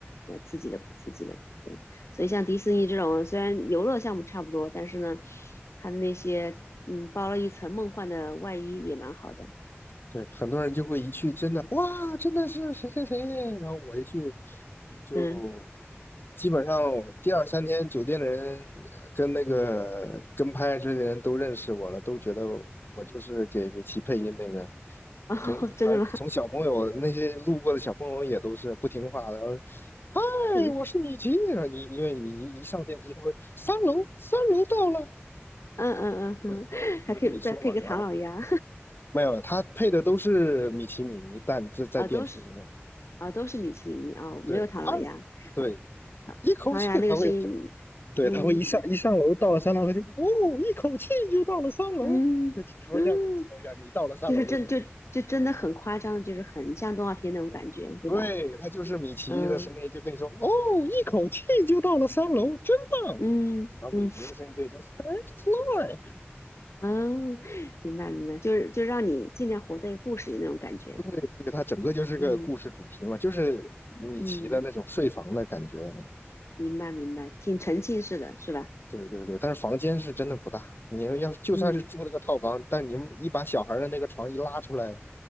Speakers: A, on the left (about 75°); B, on the left (about 50°).
A: 那刺激的不刺激的，对。所以像迪士尼这种，虽然游乐项目差不多，但是呢，它的那些嗯包了一层梦幻的外衣也蛮好的，
B: 对，很多人就会一去真的哇，真的是谁谁谁，然后我一去就
A: 嗯，
B: 基本上第二三天酒店的人呃跟那个跟拍之类的人都认识我了，都觉得我就是给米奇配音那个。
A: <laughs> 哦，
B: 从反正从小朋友那些路过的小朋友也都是不听话的，
A: 真的吗？
B: 然后嗨，
A: 嗯
B: 我是米奇，然后你因为你一上电梯，他会三楼三楼到了，
A: 嗯嗯嗯，嗯还可以再配个唐老鸭。
B: 对，他会他会跟你说嘛，然后没有，它配的都是米奇米妮但这在电梯里面。
A: 啊，都是啊，都是米奇米妮啊，没有唐老鸭，
B: 对，二，对，
A: 唐唐唐老鸭那个声音，
B: 一口气它会，对，
A: 嗯
B: 它会一上一上楼，到了三楼，它就哦，一口气就到了三楼，
A: 嗯嗯，
B: 会它会这样跟你说一下，你到了三楼的时候，
A: 就是真就就真的很夸张，就是很像动画片那种感觉，对吧？
B: 对，它就是米奇的声音，
A: 嗯
B: 就跟你说哦，一口气就到了三楼，真棒。
A: 嗯嗯，
B: 然后米妮的声音跟你说 Thanks, Floyd。
A: 哦，明白明白，就是就让你尽量活在一个故事里那种感觉，
B: 对，对，它整个就是个故事主题嘛，
A: 嗯
B: 就是米奇的那种睡房的感觉，
A: 嗯，明白明白，挺沉浸式的是吧？
B: 对对对，但是房间是真的不大。你们要是就算是住那个套房，
A: 嗯
B: 但你们一把小孩儿的那个床一拉出来，